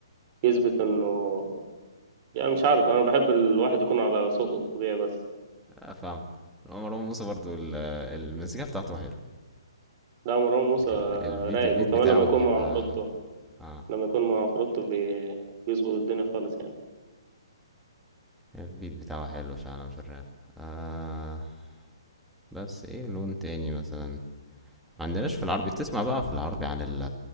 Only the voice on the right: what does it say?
يثبت إنه يعني مش عارف أنا بحب الواحد يكون على صوته الطبيعي بس
لا مروان موسى
رايق
وكمان
لما يكون
مع عفروتو
لما يكون مع عفروتو بي... بيظبط الدنيا خالص يعني